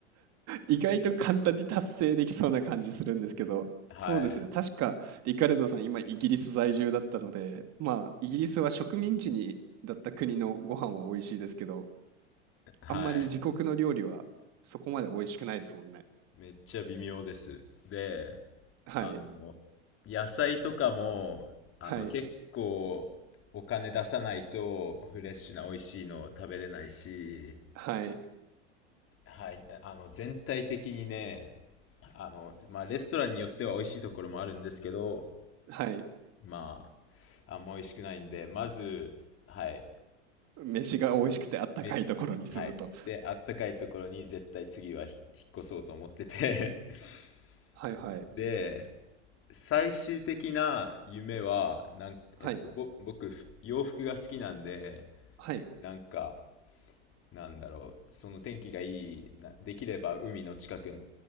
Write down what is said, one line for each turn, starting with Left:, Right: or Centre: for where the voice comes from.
Right: 意外と簡単に達成できそうな感じするんですけど、
Left: はい。
Right: そうですね。確か、リカルドさん、今、イギリス在住だったので、まあ、イギリスは植民地にだった国のご飯は美味しいですけど、
Left: はい。
Right: あんまり自国の料理はそこまで美味しくないですもんね。
Left: めっちゃ微妙です。で、
Right: はい、
Left: あの、野菜とかも、あの、
Right: はい、
Left: 結構お金出さないとフレッシュな美味しいのを食べれないし、
Right: はい、
Left: はい、あの、全体的にね、あの、まあ、レストランによっては美味しいところもあるんですけど、
Right: はい。
Left: まあ、あんま美味しくないんで、まず、はい、
Right: 飯が美味しくてあったかいところに住むと。
Left: 飯、はい。で、あったかいところに絶対次はひ引っ越そうと思ってて <laughs>
Right: はいはい、
Left: で、最終的な夢は、なん、
Right: はい、
Left: えっと、ぼ、僕、洋服が好きなんで、
Right: はい、
Left: なんか、なんだろう、その天気がいいな、できれば海の近く